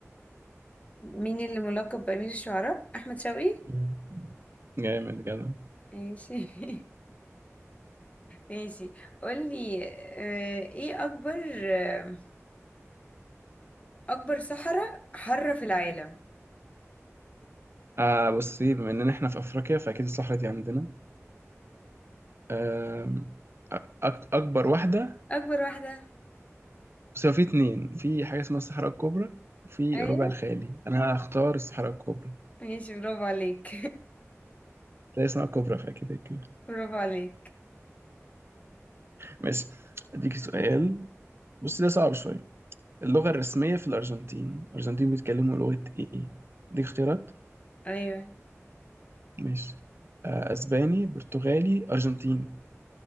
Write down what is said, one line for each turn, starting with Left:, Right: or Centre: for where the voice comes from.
Left: مين اللي ملقب بأمير الشعراء أحمد شوقي
Right: مم. جامد جدع
Left: ماشي <laughs> ماشي قولي آه، ايه أكبر آه، أكبر صحراء حارة في العالم
Right: آه بصي بما إننا إحنا في أفريقيا فأكيد الصحراء دي عندنا آم، أك- أكبر واحدة
Left: أكبر واحدة
Right: بس هو في اتنين في حاجة اسمها الصحراء الكبرى وفي
Left: أيوة
Right: ربع الخالي أنا هختار الصحراء الكبرى
Left: ماشي برافو عليك
Right: لا اسمها الكبرى فأكيد كده
Left: <laughs> برافو عليك
Right: ماشي أديك سؤال بص ده صعب شوية اللغة الرسمية في الأرجنتين الأرجنتين بيتكلموا لغة إيه؟ أديك اختيارات
Left: أيوة
Right: ماشي آه، اسباني برتغالي ارجنتيني